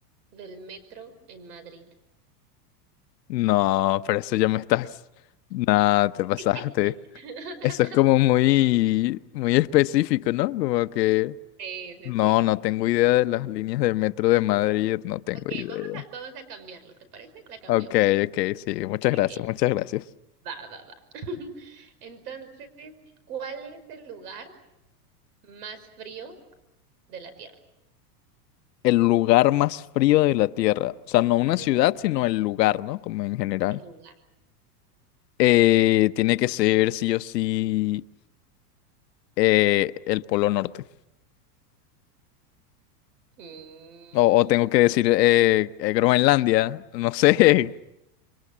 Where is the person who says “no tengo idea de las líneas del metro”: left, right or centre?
Left